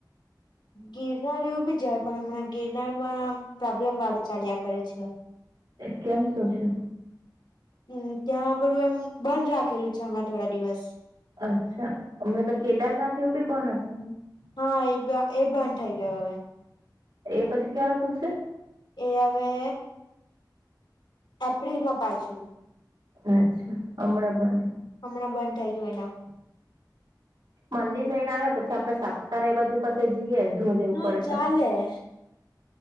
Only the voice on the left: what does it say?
ગિરનાર એવું બી જ હોય પણ હમણાં ગિરનાર માં પ્રોબ્લેમ વાળું ચાલ્યા કરે છે.
હમ્મ, ત્યાં બધું એમ બંધ રાખેલું છે હમણાં થોડા દિવસ.
હા એ એ બંધ થઈ ગયો હવે.
એ હવે એપ્રિલમાં પાછું.
હમણાં બંધ થઈ ગયું એના.
હા
ચાલે